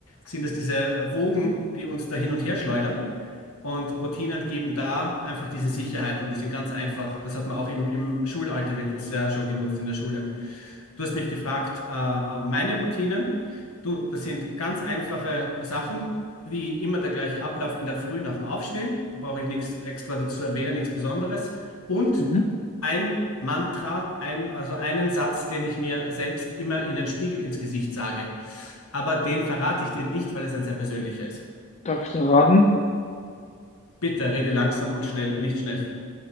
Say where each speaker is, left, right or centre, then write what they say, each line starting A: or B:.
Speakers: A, on the left; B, on the left.
A: sind es diese äh, Wogen, die uns da hin und her schleudern. Und Routinen geben da einfach diese Sicherheit und die sind ganz einfach. Das hat man auch im, im Schulalter, wird das ja schon genutzt in der Schule. Du hast mich gefragt, äh, äh, meine Routinen. Du, das sind ganz einfache Sachen, wie immer der gleiche Ablauf in der Früh nach dem Aufstehen. Da brauche ich nichts extra dazu erwähnen, nichts Besonderes. Und
B: Mhm.
A: ein Mantra, ein, also einen Satz, den ich mir selbst immer in den Spiegel ins Gesicht sage. Aber den verrate ich dir nicht, weil es ein sehr persönlicher ist.
B: Darf ich dir raten?
A: Bitte rede langsam und schnell, äh, nicht schnell.